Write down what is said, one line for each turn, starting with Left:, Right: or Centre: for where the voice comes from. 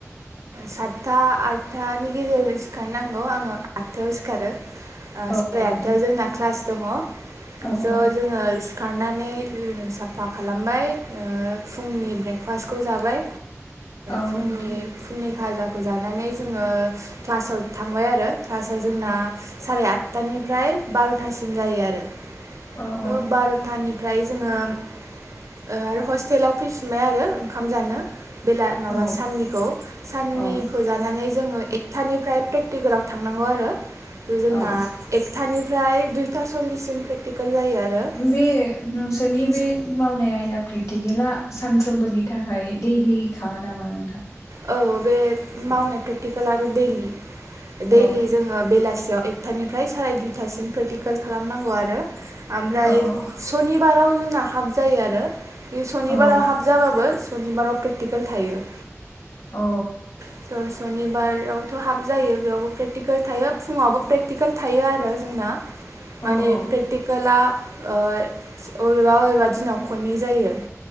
Right: साटथा आटथानि गेजेराव सिखारनांगौ आङो आटथायाव सिखारो। ओ
Left: औ
Right: सोरि
Left: औ नोंथां
Right: आटथायाव' जोंना क्लास दङ
Left: औ
Right: स'
Left: औ
Right: जोङो सिखारनानै रुम साफा खालामबाय फुंनि ब्रेकफास्टखौ जाबाय।
Left: औ
Right: फुंनि-फुंनि
Left: नोंथां
Right: भाजाखौ जानानै जोङो क्लासाव थांबाय आरो क्लासा जोंना सारि आटथानिफ्राय बारथासिम जायो आरो
Left: औ औ
Right: ट बारथानि ओमफ्राय जोङो ओ आरो हस्टेलाव फैफिनबाय आरो ओंखाम जानो। बेला माबा
Left: औ
Right: साननिखौ साननिखौ
Left: औ
Right: जानानै जोङो एकथानिफ्राय प्रेकटिकेलाव थांनांगौ आरो जोंना
Left: औ
Right: एकथानिफ्राय दुइथा सल्लिससिम प्रेक्टिकेल जायो आरो
Left: बे नोंसोरनि
Right: औ
Left: बे मावनाय आयदा प्रेक्टिकेला सानफ्रोमबोनि थाखाय दैयेलिखा नामा नोंथां?
Right: औ बे मावनाय प्रेक्टिकेला आरो दैलि दैलि
Left: औ
Right: जोङो बेलासियाव एकथानिफ्राय साराय दुइथासिम प्रेकटिकेल खालामनांगौ आरो ओमफ्राय
Left: औ
Right: सनिबाराव जोंना हाब जायो आरो बे सनिबाराव
Left: औ
Right: हाब जाबाबो सनिबाराव प्रेक्टिकेल थायो।
Left: अ
Right: <unintelligible> सनिबारावथ' हाब जायो बेयावबो प्रेकटिकेल थायो फुङावबो प्रेकटिकेल थायो आरो जोंना। माने
Left: औ
Right: प्रेक्टिकेला ओ अबेबा अबेबा दिनाव खननै जायो